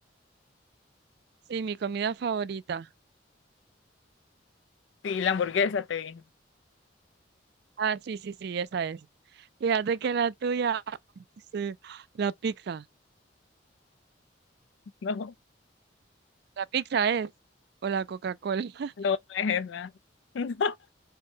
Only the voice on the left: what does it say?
Sí, la hamburguesa te dije. <laughs>
No.
No, no es esa. <laughs> No,